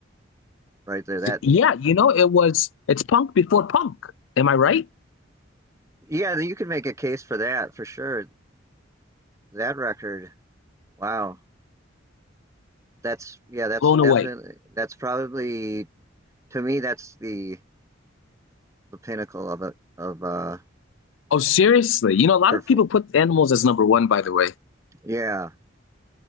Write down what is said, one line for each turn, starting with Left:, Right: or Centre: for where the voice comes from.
Right: right there. That,
Left: Yeah, you know, it was it's punk before punk. Am I right?
Right: yeah, you can make a case for that for sure. That record, wow, that's yeah, that's
Left: Blown away.
Right: definitely that's probably to me that's the the pinnacle of it of uh
Left: Oh, seriously. You know, a lot
Right: for
Left: of
Right: Fl-
Left: people put animals as number one, by the way.
Right: yeah